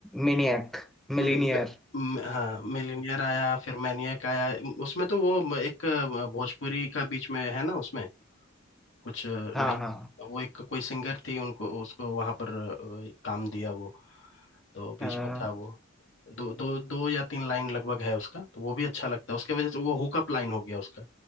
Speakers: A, in the centre; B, on the left.
A: Maniac millionaire
B: म- म- हाँ मिलीनियर आया फिर मैनियक आया उसमें तो वो एक भोजपुरी का बीच में है ना उसमें कुछ लाइन
A: हाँ हाँ
B: वो एक कोई सिंगर थी उनको उसको वहां पर अ, काम दिया वो तो बीच
A: हाँ
B: में था वो दो दो दो या तीन लाइन लगभग है उसका तो वो भी अच्छा लगता है उसके वजह से वो हुकअप लाइन हो गया उसका